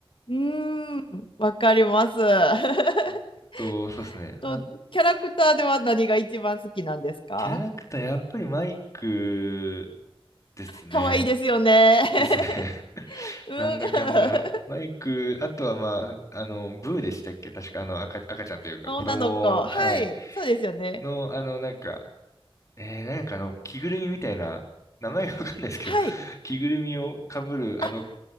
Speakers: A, on the left (about 60°); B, on the left (about 35°).
A: うーん、わかります。<laughs>
B: えーあと、そうですね。
A: と、
B: あ、
A: キャラクターでは何が一番好きなんですか
B: キャラクター、やっぱりマイクですね。
A: 可愛いですよね。
B: ですね。<laughs>
A: <laughs> うん。
B: なんだかんだ。マイク、あとはまあ、あの、ブーでしたっけ確かあの赤、赤ちゃんというか子供、
A: 女の子。はい。
B: はい。
A: そうですよね。
B: の、あの、なんか、えー、なんかあの、着ぐるみみたいな、名前がわかんないですけど、
A: はい。
B: <laughs> 着ぐるみを被るあの、
A: あ、